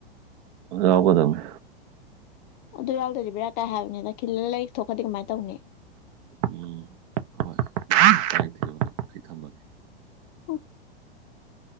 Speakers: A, on the right; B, on the left.
A: ꯌꯥꯎꯒꯗꯝꯅꯤ
B: ꯑꯗꯨ ꯌꯥꯎꯗꯗꯤ ꯕꯤꯔꯥ ꯀꯥꯏ ꯍꯥꯏꯕꯅꯤꯗ ꯈꯤꯜꯂ ꯂꯩ ꯊꯣꯛꯈꯗꯤ ꯀꯃꯥꯏꯅ ꯇꯧꯅꯤ
A: ꯎꯝ ꯍꯣꯏ ꯇꯥꯏ ꯊꯤꯔꯣ ꯅꯪ ꯑꯩ ꯊꯝꯃꯒꯦ
B: <unintelligible>